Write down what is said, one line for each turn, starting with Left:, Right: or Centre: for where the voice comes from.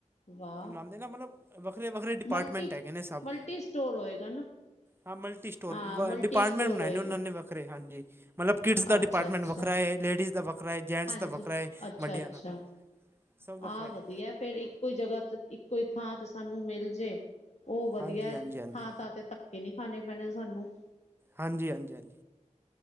Left: ਵਾਹ
Right: ਉਹ ਲਉਂਦੇ ਨਾ ਮਤਲਬ ਵੱਖਰੇ-ਵੱਖਰੇ ਡਿਪਾਰਟਮੈਂਟ
Left: ਮਲਟੀ
Right: ਹੈਗੇ ਨੇ ਸਭ।
Left: ਮਲਟੀ ਸਟੋਰ ਹੋਏਗਾ ਨਾ
Right: ਹਾਂ ਮਲਟੀ ਸਟੋਰ
Left: ਹਾਂ ਮਲਟੀ
Right: ਡਿਪਾਰਟਮੈਂਟ
Left: ਸਟੋਰ
Right: ਬਣਾਏ
Left: ਹੋਏਗਾ
Right: ਨੇ ਉਹਨਾਂ ਨੇ ਵੱਖਰੇ ਹਾਂਜੀ। ਮਤਲਬ ਕਿਡਸ ਦਾ
Left: ਅੱਛਾ
Right: ਡਿਪਾਰਟਮੈਂਟ
Left: ਅੱਛਾ
Right: ਵੱਖਰਾ ਹੈ ਲੇਡੀਜ਼ ਦਾ ਵੱਖਰਾ ਹੈ ਜੈਂਟਸ
Left: ਹਾਂਜੀ
Right: ਦਾ ਵੱਖਰਾ ਹੈ
Left: ਅੱਛਾ
Right: ਵੱਡਿਆ
Left: ਅੱਛਾ
Right: ਦਾ। ਸਭ ਵੱਖਰਾ
Left: ਆਹ
Right: ਹੈ
Left: ਵਧੀਆ ਫੇਿਰ ਇੱਕੋ ਹੀ ਜਗ੍ਹਾ ਤੇ ਇੱਕੋ ਹੀ ਥਾਂ ਤੇ ਸਾਨੂੰ ਮਿਲ ਜੇ। ਉਹ ਵਧੀਆ
Right: ਹਾਂਜੀ ਹਾਂਜੀ ਹਾਂਜੀ
Left: ਥਾ ਥਾ-ਤੇ ਧੱਕੇ ਨਹੀ ਖਾਣੇ ਪੈਣੇ ਸਾਨੂੰ।
Right: ਹਾਂਜੀ-ਹਾਂਜੀ-ਹਾਂਜੀ।